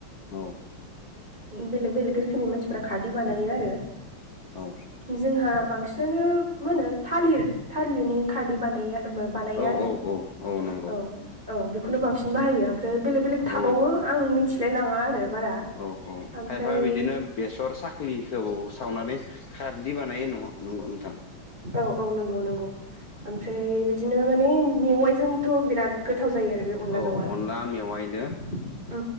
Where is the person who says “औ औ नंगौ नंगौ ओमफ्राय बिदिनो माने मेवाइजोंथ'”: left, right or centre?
Right